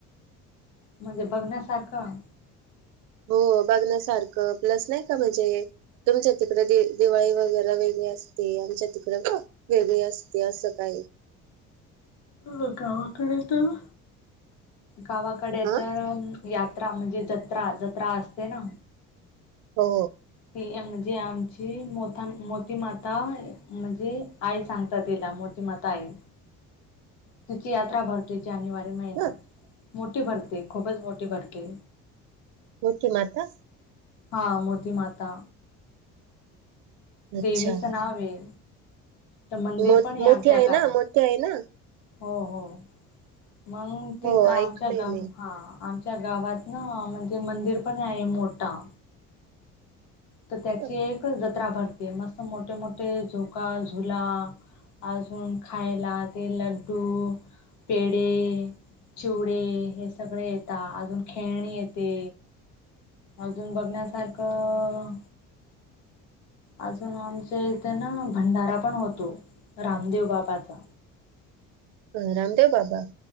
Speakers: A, on the left (about 75°); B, on the right (about 85°).
A: म्हणजे बघण्यासारखं
B: हो बघण्यासारखं प्लस नाही का म्हणजे तुमच्या तिकडे दि दिवाळी वगैरे वेगळी असते आमच्या तिकड का वेगळी असते असं काही
A: हो गावाकडे तर गावाकडे
B: हा
A: तर यात्रा म्हणजे जत्रा जत्रा अस ते ना
B: हो
A: ही म्हणजे आमची मोता मोतीमाता म्हणजे आई सांगताात तिला मोठी माता आई
B: <unintelligible>
A: तिची यात्रा भरतेय जानेवारी महिन्यात
B: मो
A: मोठी भरते खूपच मोठी भरते
B: मोठी माता
A: हा मोती माता
B: अच्छा
A: देवीचं नाव आहे तर मंदिर
B: मो
A: पण आहे
B: मोठी
A: आमच्या गावात
B: ना मोठी आहे ना
A: हो हो मग तिथं
B: हो
A: आमच्या
B: ऐकलंय
A: गाव
B: मी
A: हा आमच्या गावात ना म्हणजे मंदिर पण आहे मोठा तर त्याची
B: अ,
A: एक जत्रा भरतीय मस्त मोठे मोठे झोका धुला अजून खायला ते लड्डू पेढे चिवडे हे सगळे येतात अजून खेळणी येते अजून बघण्यासारखं अजून आमच्या इथे ना भंडारा पण होतो रामदेव बापाचा
B: अ रामदेव बाबा